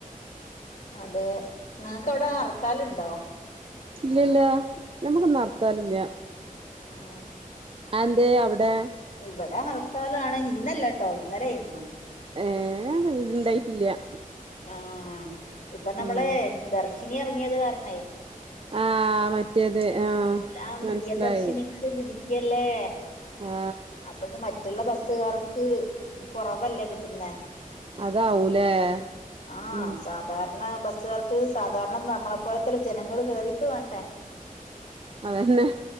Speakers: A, on the left; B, on the right.
A: അതെ നിങ്ങക്ക് അവിടെ ഹർത്താലുണ്ടോ
B: ഇല്ല ഇല്ല നമ്മുക്ക്ന്ന് ഹർത്താലില്ല
A: ആ
B: അതെന്തേ അവിടെ
A: ഇവിടെ ഹർത്താലാണ് ഇന്നല്ല കേട്ടോ ഇന്നല ആയിരുന്നു
B: ഏർ ഇണ്ടായിട്ടില്ല
A: ആഹ ഇപ്പൊ നമ്മള്
B: ഉം
A: ദർശിനി ഇറങ്ങിയത് കാരണേ
B: ആ മറ്റേത്
A: എല്ലാം
B: ആ മനസ്സിലായി
A: പ്രിയദർശിനിക്ക് പിടി ക്കല്ലേ
B: ആ
A: അപ്പോക്കെ മറ്റുള്ള ബസ് ബസുകാർക്ക് കൊറവല്ലേ കിട്ടുന്നെ
B: അതാവൂലേ
A: ആഹ
B: ഉം
A: സാധാരണ കാര ബസ്സുകർക്ക് സാധാരണ നമ്മളെ പോലത്തെ ജനങ്ങള് കേറിട്ട് വേണ്ടേ
B: അതന്നെ